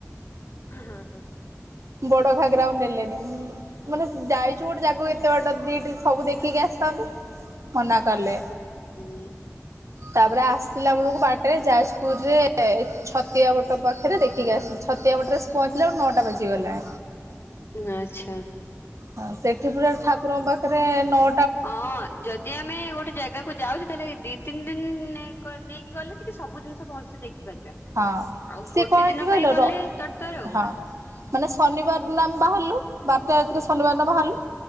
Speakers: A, on the left (about 50°); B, on the right (about 75°).
A: ହୁଁ ହୁଁ ହୁଁ।
B: ବଡ଼ ଘାଗରା ଆଉ ନେଲେନି। ମାନେ ଯାଇଛୁ ଗୋଟେ ଜାଗକୁ ଏତେ ବାଟ ଦି ଦିନ ସବୁ ଦେଖିକି ଆସିଥାନ୍ତୁ। ମନା କାଲେ।
A: ହୁଁ
B: ତାପରେ ଆସିଲା ବେଳକୁ ବାଟରେ ଯାଜପୁରରେ ଛତିଆ ବଟ ପାଖରେ ଦେଖିକି ଆସିଛୁ। ଛତିଆ ବଟରେ ପହଞ୍ଚିଲା ବଳକୁ ନଅଟା ବଜିଗଲା।
A: ଆଚ୍ଛା।
B: ହଁ ସେଠି ପୁର ଠାକୁରଙ୍କ ପାଖରେ ନଅ
A: ହଁ ଯଦି ଆମେ ଗୋଟେ ଜାଗା କୁ ଯାଉଛି ତାହେଲେ ଦି ତିନି ଦିନ ନେଇକି ଗଲେ କି ସବୁ ଜିନିଷ ଭଲସେ ଦେଖିପାରିବା।
B: ହଁ
A: ଆଉ
B: ସିଏ
A: ଗୋଟେ
B: କଣ ହେଇଚି
A: ଦିନ
B: କହିଲ
A: ପାଇଁ ଗଲେ
B: ର
A: ତର ତର ଆଉ।
B: ହଁ। ମାନେ ଶନିବାର ଦିନ ଆମେ ବାହାରଲୁ ବାରଟା ରାତିରେ ଶନିବାର ଦିନ ବାହାରଲୁ।